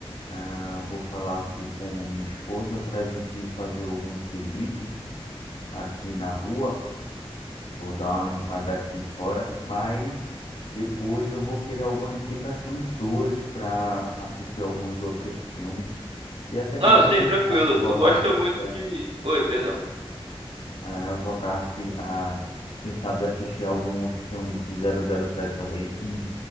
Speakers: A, on the left; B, on the right.
A: Ah, vou falar aqui com minha esposa para a gente fazer alguns serviços aqui na rua. Vou dar uma limpada aqui fora, mas depois eu vou querer algumas indicações suas para assistir alguns outros filmes e até
B: Ah,
A: mesmo
B: sim,
A: quem
B: tranquilo.
A: sabe voltar
B: Tu gosta
A: a assistir
B: muito
A: a,
B: de. Oi, perdão.
A: a voltar a, se- a quem sabe assistir alguns filmes de zero zero sete também, que